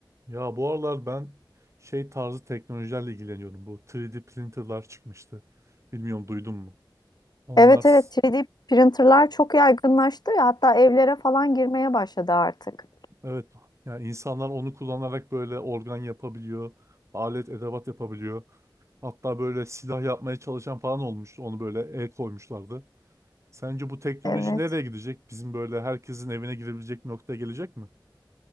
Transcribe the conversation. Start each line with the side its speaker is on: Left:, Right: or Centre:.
Right: Ya bu aralar ben şey tarzı teknolojilerle ilgileniyorum. Bu 3D printerlar çıkmıştı. Bilmiyorum duydun mu? Onlar
Left: Evet
Right: s-
Left: evet 3D printerlar çok yaygınlaştı ya hatta evlere falan girmeye başladı artık.
Right: evet yani insanlar onu kullanarak böyle organ yapabiliyor. Alet edevat yapabiliyor. Hatta böyle silah yapmaya çalışan falan olmuştu. Onu böyle el koymuşlardı. Sence bu teknoloji
Left: Evet.
Right: nereye gidecek? Bizim böyle herkesin evine girebilecek noktaya gelecek mi?